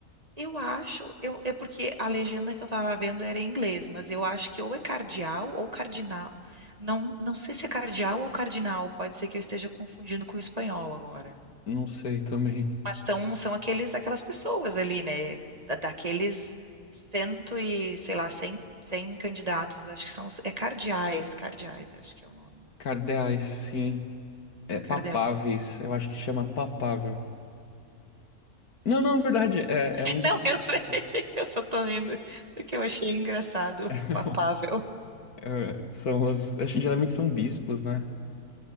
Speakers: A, on the right (about 25°); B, on the left (about 80°).
A: Eu acho, eu, é porque a legenda que eu tava vendo era em inglês, mas eu acho que ou é cardeal ou cardinal. Não, não sei se é cardeal ou cardinal, pode ser que eu esteja confundindo com o espanhol agora.
B: Não sei também.
A: Mas são, são aqueles, aquelas pessoas ali, né? Da- Daqueles cento e, sei lá, cem, cem candidatos, acho que são, os- é cardeais, cardeais, acho que é o nome.
B: Cardeais, sim. É papáveis,
A: Cardeais.
B: eu acho que chama papável. Não, não, verdade, é,
A: <laughs>
B: é um dos
A: Não,
B: papáveis.
A: eu sei, eu só tô rindo porque eu achei engraçado,
B: <laughs>
A: papável.
B: É, São os, acho que geralmente são bispos, né?